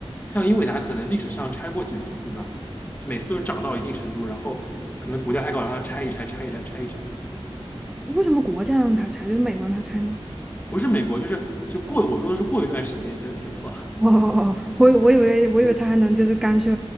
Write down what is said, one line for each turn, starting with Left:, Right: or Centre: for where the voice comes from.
Left: 像英伟达可能历史上拆过几次股吧，每次都是涨到一定程度，然后可能股价太高，然后它拆一拆，拆一拆，拆一拆。
Centre: 为什么国家让他拆？就是美国让他拆吗？
Left: 不是美国，就是就过，我说的是过一段时间，可能听错了。
Centre: <laughs> 哦哦哦，我以我以为我以为嗯他还能就是干涉